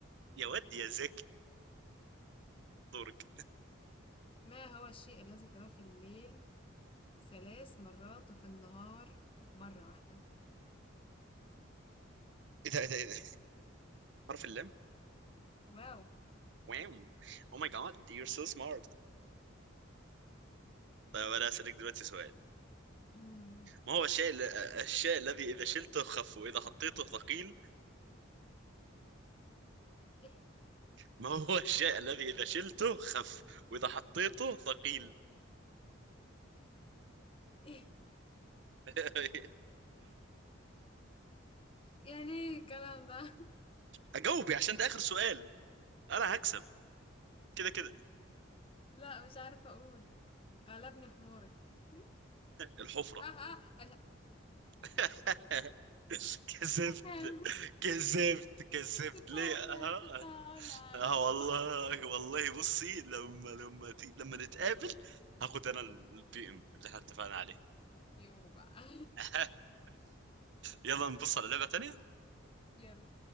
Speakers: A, on the right; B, on the left.
A: يا واد يا زكي دورك
B: ما هو الشيء الذي تراه في الليل ثلاث مرات وفي النهار مرة واحدة
A: ايه ده ايه ده إيه ده؟ حرف اللام
B: واو
A: واو او ماي جاد يور سو سمارت طيب انا اسالك دلوقتي سؤال
B: <laughs>
A: ما هو الشيء ال- الشيء الذي إذا شلته خف وإذا حطيته ثقيل
B: ايه
A: ما هو الشيء الذي إذا شلته خف وإذا حطيته ثقيل
B: إيه
A: <laughs>
B: يعني ايه الكلام ده <laughs>
A: أجاوبي عشان ده آخر سؤال أنا هكسب كده كده
B: لا مش عارفة اقول غلبني حماري <laughs>
A: الحفرة
B: اه اه لا
A: <laughs> كذبت
B: انا
A: كذبت كذبت
B: كنت
A: ليه
B: هقولها
A: اه
B: كنت هقولها
A: اه
B: يو
A: والله والله بصي لما لما ت- لما نتقابل هاخد انا البي ام اللي احنا اتفقنا عليه
B: يو بقى
A: <laughs> يلا نبص على لعبة تانية
B: <laughs> يلا